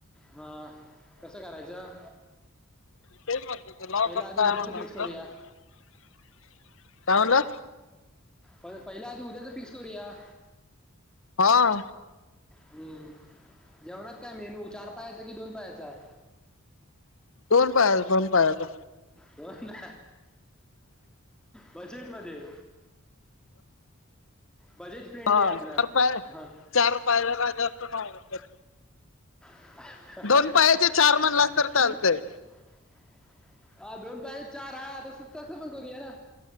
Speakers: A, in the centre; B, on the left.
A: हा कसं करायचं?
B: ते म लगग
A: पहिलं आधी
B: काय
A: उद्याचं
B: म्ह नत
A: फिक्स करूया
B: <inaudible> काय म्हणाला.
A: प पहिल्या आधी उद्याच फिक्स करूया.
B: हा.
A: हम्म जेवणात काय मेनू चार पायाचा कि दोन पायाचा.
B: दोन पाया दोन पायाचा.
A: दोन बजेट मध्ये. बजेट फ्रेंडली
B: हा
A: आहे आपलं
B: चार पाय
A: हां
B: चार पायाला जास्त.
A: <unintelligible>
B: दोन पायाचे चार म्हणलास तर चालतंय
A: हा दोन पाहिजे चार हा तस तसं पण करूया ना